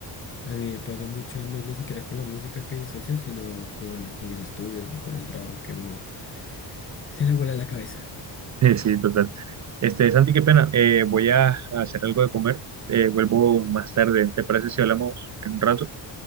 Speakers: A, on the left; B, on the right.
A: a mí me pasa mucho, no es ni siquiera con la música que disocio, sino con, con los estudios y con el trabajo que uno se le vuela la cabeza.
B: Sí, total. Este, Santi, qué pena, eh, voy a a hacer algo de comer, eh, vuelvo más tarde, ¿te parece si hablamos en un rato?